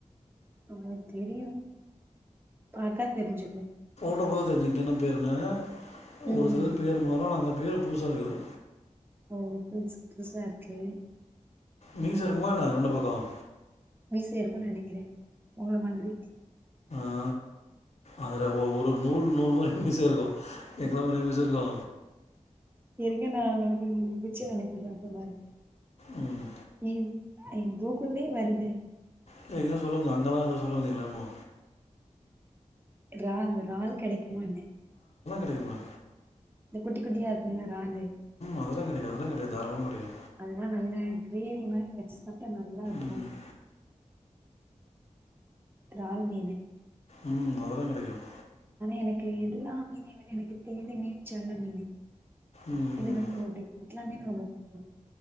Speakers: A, on the right; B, on the left.
A: உங்களுக்கு தெரியும் பாத்தா தெரிஞ்சுக்கு
B: போ போக தெரிஞ்சுக்கு என்ன பேருன்னு
A: ம்
B: ஒரு சிலது பேர் மாரூ அந்த பேர் பூசா இருக்கு இது
A: ஓ புதுசு புதுசார்க்கு
B: மீச இருக்குமா என்ன ரெண்டு பக்கம்
A: மீச இருக்கும்ன்னு நினைக்கிறே உங்கள மாதிரி
B: ஆ அதுற ஒரு நூல் நூல் மாரி மீச இருக்கு எங்கள மாரி மீச இருக்கு
A: இருங்க நான் உங்களுக்கு பிச்சர் அனுப்புறேன் அப்ப பாருங்க
B: ம்
A: ஏ எங்கோக்குல்தே வருது
B: இல்லலைங்க ன்னும் சொல்லுவந்திங்க அங்கல்ல என்ன சொல்ல வந்தீங்கள்ல என்னமோ
A: றால் றால் கிடைக்குமாண்ண
B: கெடக்குமே
A: இந்த குட்டி குட்டியா இருக்குமே றாலு
B: அதெல்லாம் கெடைக்கு அதெல்லா கெடைக்கு தாராளமா கிடைக்கு
A: அதல்லா நல்ல கிரேவி மாரி வச்சு சாப்ட்டா நல்லா இருக்கும்
B: ம்
A: ரால்மீனு
B: ம் அதுலா கடைக்கும்
A: எனக்கு எல்லா மீனவிட எனக்கு தேலி மீன் செல்ல மீனு
B: ம்
A: இது ரெண்டும் புடிக்கும் எல்லாமே ரொம்ப பிடிக்கும்